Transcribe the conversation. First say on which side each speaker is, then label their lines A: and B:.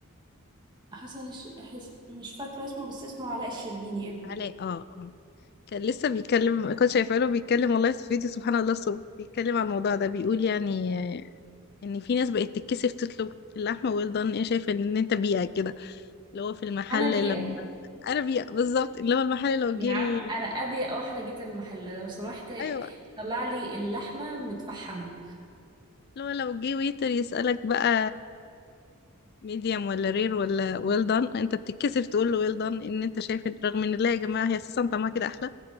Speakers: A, on the right; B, on the left.
A: حسن الش... حس... مش فاكرة اسمه بس اسمه علاء الشربيني ابنه
B: علاء اه اه كان لسه بيتكلم كنت شايفة له بيتكلم والله في فيديو سبحان الله الصبح بيتكلم عن الموضوع ده بيقول يعني آه، ان في ناس بقت تتكسف تطلب اللحمة ويل دان ايه شايفة ان انت بيئة كده اللي هو في المحل
A: انا بيئه
B: لما انا بيئة بالظبط اللي هو المحل لو
A: يا
B: جه
A: عم
B: ال-
A: انا ابيئ واحده جيت المحل لو سمحت
B: ايوه
A: طلع لي اللحمه متفحمه
B: لو لو جه ويتر يسألك بقى ميديم ولا رير ولا ويل دان انت بتتكسف تقول له ويل دان ان انت شايف إن- رغم ان لا يا جماعة هي اساسا طعمها كده احلى